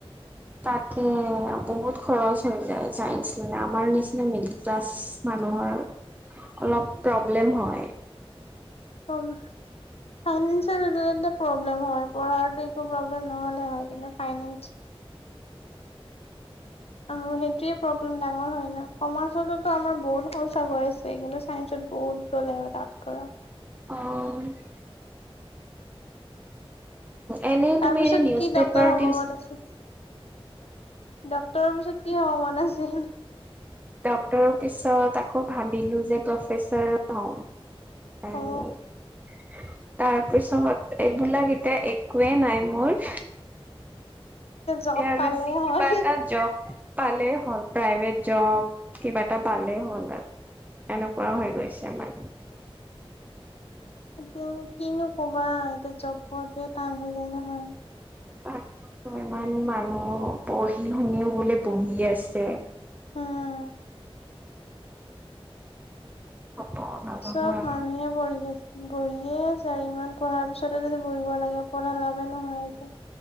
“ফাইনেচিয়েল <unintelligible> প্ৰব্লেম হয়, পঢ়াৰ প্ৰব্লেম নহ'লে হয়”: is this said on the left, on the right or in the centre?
Left